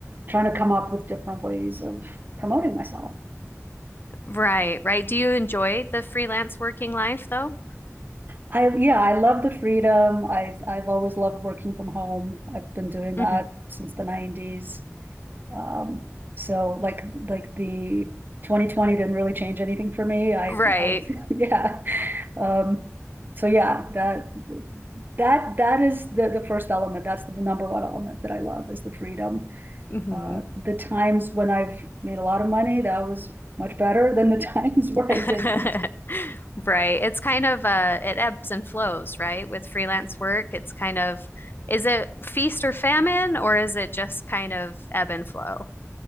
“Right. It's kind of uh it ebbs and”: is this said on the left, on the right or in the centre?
Left